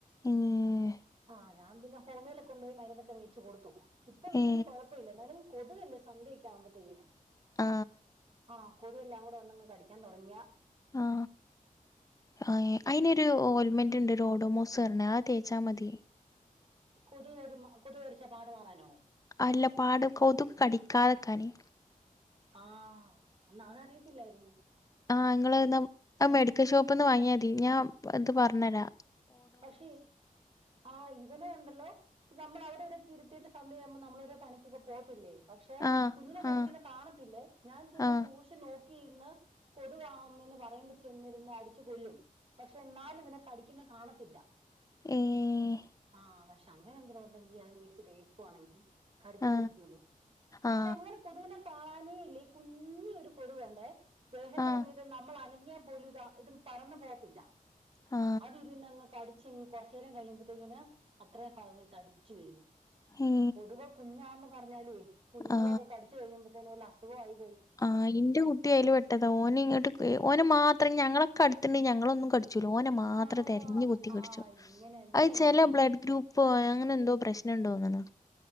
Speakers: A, on the left; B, on the right.
A: ഉം,
B: ആ ഞാൻ പിന്നെ ഹോമിയോലൊക്കെ കൊണ്ടോയി മരുന്നൊക്കെ മേടിച്ചു കൊടുത്തു ഇപ്പ വല്ല്യ
A: ഏ
B: കൊഴപ്പയില്ല എന്നാലും കൊതുകല്ലേ സന്ധ്യൊക്കെ ആവുമ്പത്തേക്കിന്
A: ആ
B: ആ കൊതുകെല്ലാം കൂടെ വന്നങ്ങു കടിക്കാൻ തൊടങ്ങിയാ
A: ആ ആ അയിനൊരു ഓൽമെന്റ്ണ്ട് രോടൊമോസ് പറഞ്ഞെ അത്‌ തേച്ചാമതി
B: കൊതുക്കടി കൊതുക്കടിച്ചാ പാടു മാറാനോ
A: അല്ല പാട് കൊതുക് കടിക്കാതെക്കാനെ
B: ആഹ് എന്നാ അത് അറിയിത്തില്ലായിരുന്നു
A: ആഹ് ഇങ്ങള്ന്നാ ആ മെഡിക്കൽ ഷോപ്പ് നിന്ന് വാങ്ങിയാതി ഞാൻ ഇത് പറഞ്ഞരാ
B: പക്ഷേ ആഹ് ഇവനെ ഉണ്ടല്ലോ നമ്മള് അവിടേടെക്കെ ഇരുത്തീട്ട് സന്ധ്യയാവുമ്പോ നമ്മളോരൊ പണിയ്ക്കക്കെ പോവത്തില്ലേ പക്ഷെ
A: ആ
B: കുഞ്ഞിനെ കടിക്ക്ന്നെ
A: ആ
B: കാണത്തില്ലേ ഞാൻ ചെന്ന്
A: ആ
B: സൂക്ഷിച്ച് നോ ക്കിരുന്നാ കൊതുവാ അമ്മെന്ന് പറയുമ്പ ചെന്നിരുന്ന് അടിച്ചു കൊല്ലും പക്ഷെ എന്നാലും ഇതിനെ കടിയ്ക്കിന്നെ കാണത്തില്ല
A: ഏഹ്
B: ആഹ് പക്ഷെ അങ്ങനെ എന്തരോ ഉണ്ടെങ്കില് അത് മേടിച്ച് തേക്കുവാണെങ്കി കടിക്കാതിരിക്കുവല്ലോ
A: ആ
B: പക്ഷെ
A: ആ
B: അങ്ങനെ കൊതുവിനെ കാാണാനേ ഇല്ല ഈ കുഞ്ഞി ഒരു കൊതുവുണ്ടെ ദേഹത്ത്
A: ആ
B: വന്നിട്ട് നമ്മളന ങ്ങിയാപോലുതാ ഇത് പറന്നു പോവത്തില്ല
A: ആ
B: അതിരുന്നങ്ങ് ച്ചി കൊറച്ചേരം കഴിയുമ്പത്തേക്കിന് അത്രയും ഭാഗങ്ങൾ തടിച്ചു വരും
A: ഏ
B: കൊതുക്കൊ കുഞ്ഞാന്ന് പറഞ്ഞാലെ കുഞ്ഞുങ്ങളൊക്കെ
A: ആ
B: കടിച്ചു കഴിയുമ്പത്തേന് വല്ല അസുഖൊ ആയി
A: ആ ഇന്റെ കുട്ടി അയില് പെട്ടതാ ഓന് ഇങ്ങട്ട് ഓനെ മാത്രം ഞങ്ങളൊക്കെ അടുത്തിണ്ട് ഞങ്ങളൊന്നും കട് ച്ചൂല ഓനെ മാത്രം
B: ആഹ്
A: തെരഞ്ഞു കുത്തി കടിച്ചും
B: ആഹ് ഇങ്ങനെ തന്നെ
A: അത് ചെല
B: ഇവിടെ
A: ബ്ലഡ് ഗ്രൂ പ്പൊ അങ്ങനെ എന്തോ പ്രശ്നണ്ട് തോന്നണ്